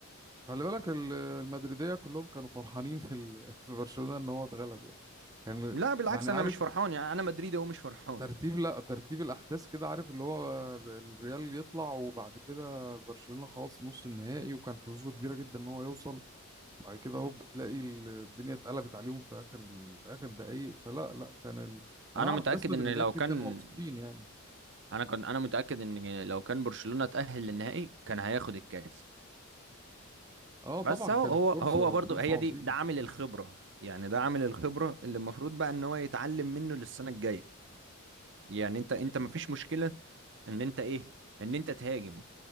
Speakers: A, on the right; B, on the right.
A: خلي بالك ال- المدريدية كلهم كانوا فرحانين في ال... <laughs> في برشلونة ان هو اتغلب يعني كان
B: لا بالعكس
A: يعني
B: انا
A: عارف
B: مش فرحان يعني انا مدريدي ومش فرحان
A: ترتيب لا ترتيب الاحداث كده عارف اللي هو الريال يطلع وبعد كده برشلونة خلاص نص النهائي وكان حظوظه كبيرة جدا ان هو يوصل وبعد كده هوب بتلاقي ال- الدنيا اتقلبت عليهم في اخر في اخر دقايق فلا لا كان ال...
B: انا
A: انا اعرف
B: متاكد
A: ناس مدريدية
B: ان لو
A: كتير
B: كان
A: كانوا مبسوطين يعني
B: انا كنت انا متاكد ان لو كان برشلونه تاهل للنهائي كان هياخد الكاس
A: اه طبعا
B: بس هو
A: كانت
B: هو
A: فرصة
B: هو برضو
A: فرصة
B: هي دي
A: عظيمة
B: ده عامل الخبره يعني ده عامل الخبره اللي المفروض بقى ان هو يتعلم منه للسنه الجايه يعني انت انت مفيش مشكله ان انت ايه ان انت تهاجم